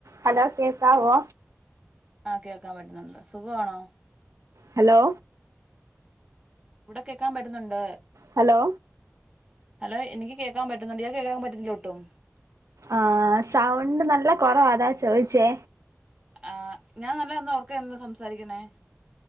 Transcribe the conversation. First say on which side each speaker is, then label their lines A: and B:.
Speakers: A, on the right (about 70°); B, on the right (about 20°).
A: Hello കേക്കാവോ?
B: ആഹ് കേൾക്കാൻ പറ്റുന്നുണ്ട് സുഖവാണോ
A: ഹലോ
B: ഇവിടെ കേക്കാൻ പറ്റ്ന്നുണ്ട്
A: ഹലോ
B: ഹലോ എനിക്ക് കേക്കാൻ പറ്റുന്നൊണ്ട് ഇയാക്ക് കേക്കാൻ പറ്റത്തില്ലേ ഒട്ടും
A: ആഹ് സൗണ്ട് നല്ല കൊറവാ അതാ ചോയ്ച്ചേ
B: ആഹ് ഞാൻ നല്ലോന്ന് ഒറക്കെയാണല്ലോ സംസാരിക്കണേ